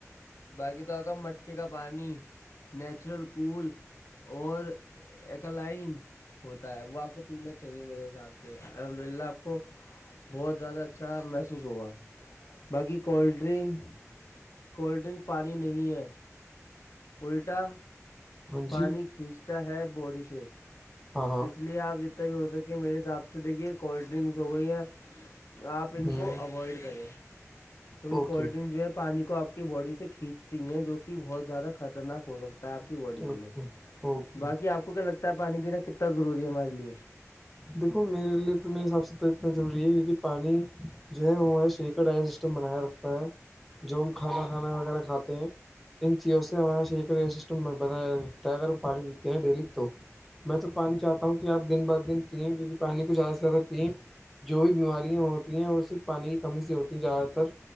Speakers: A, on the left; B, in the centre.
A: باقی تو آ کا مٹکے کا پانی نیچرل کول اور ایک لائن ہوتا ہے وہ آپ کو پینا چاہیے میرے حساب سے الحمد للہ کو بہت زیادہ اچھا محسوس ہوگا باقی کولڈ ڈرنک کولڈ ڈرنک پانی نہیں ہے الٹا
B: ہاں
A: پانی
B: جی
A: کھینچتا ہے باڈی سے
B: ہاں
A: تو اس لیے آپ جتنا بھی ہو سکے میرے حساب سے دیکھیے کولڈ ڈرنکس ہو گئییا آپ
B: ہاں
A: ان کو اوائڈ کریں کیونکہ
B: اوکے
A: کولڈ ڈرنک جو ہے پانی کو آپ کی باڈی سے کھینچتی ہیں جو کہ بہت زیادہ خطرناک ہو سکتا ہے آپ کی باڈی
B: اوکے
A: کے لیے
B: اوکے
A: باقی آپ کو کیا لگتا ہے پانی پینا کتنا ضروری ہے ہمارے لیے
B: دیکھو میرے لیے تو میرے حساب سے تو اتنا ضروری ہے کیونکہ پانی جو ہے وہ سیک سسٹم بنایا رکھتا ہے جو ہم کھانا کھانا وغیرہ کھاتے ہیں ان چیزوں سے ہمارا س سسٹم بنایاتا ہے اگر ہم پانی پیتے ہیں ڈیری تو میں تو پانی چاہتا ہوں کہ آپ دن بہدن پییں کیونکہ پانی کچھ آ زیادہ پییں جو بھی بیماریاں ہوتی ہیں وہ صرف پانی کی کمی سے ہوتی ہیں زیادہ تر